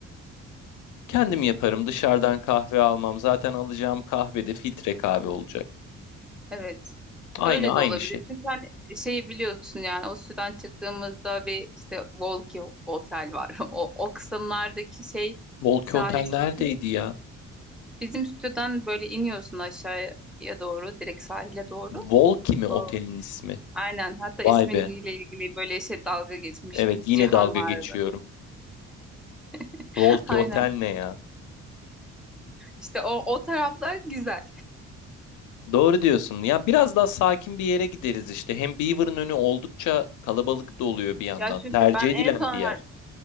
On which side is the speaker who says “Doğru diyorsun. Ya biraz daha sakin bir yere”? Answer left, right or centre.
Left